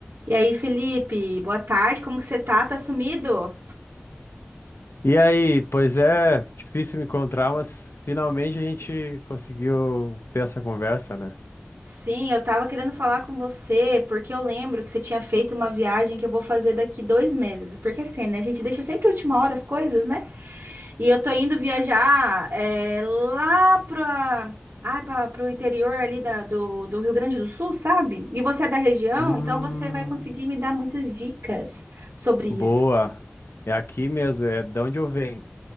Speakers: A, on the right; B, on the left.
A: E aí, Felipe, boa tarde, como que você tá? Tá sumido?
B: E aí, pois é, difícil me encontrar, mas finalmente a gente conseguiu ter essa conversa, né?
A: Sim, eu tava querendo falar com você, porque eu lembro que você tinha feito uma viagem que eu vou fazer daqui dois meses. Porque assim, né? A gente deixa sempre a última hora as coisas, né? E eu tô indo viajar é, lá pra, ai, pra, pro interior ali da- do, do Rio Grande do Sul, sabe? E você é da região,
B: Hum,
A: então você vai conseguir me dar muitas dicas sobre isso.
B: boa. É aqui mesmo, é de onde eu venho.